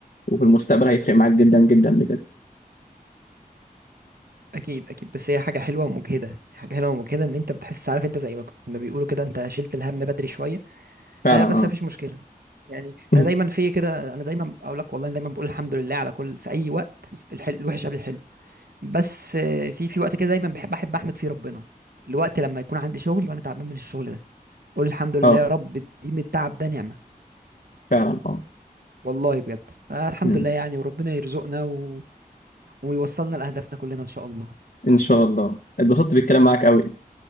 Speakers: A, on the left; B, on the right.
A: وفي المستقبل هيفرق معاك جدا جدا بجد
B: اكيد اكيد بس هي حاجه حلوه ومجهده حاجه حلوه ومجهده ان انت بتحس عارف انت زي ما كنت ما بيقولوا كده انت شلت الهم بدري شويه
A: فعلا
B: آه
A: اه
B: بس مفيش مشكله يعني
A: <laughs>
B: انا دايما في كده انا دايما اقول لك والله أنا دايما بقول الحمد لله على كل في اي وقت الحلو الوحش قبل الحلو بس آه، في في وقت كده دايما بحب احب احمد فيه ربنا الوقت لما يكون عندي شغل وانا تعبان من الشغل ده اقول الحمد لله
A: اه
B: يا رب دي من التعب ده نعمة
A: فعلا اه
B: والله بجد آه الحمد
A: مم.
B: لله يعني وربنا يرزقنا و... ويوصلنا لأهدافنا كلنا إن شاء الله
A: ان شاء الله اتبسطت بالكلام معاك قوي